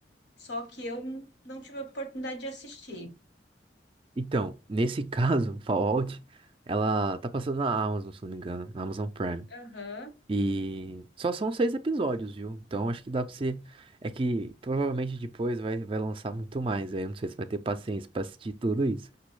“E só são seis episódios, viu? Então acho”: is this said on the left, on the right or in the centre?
Right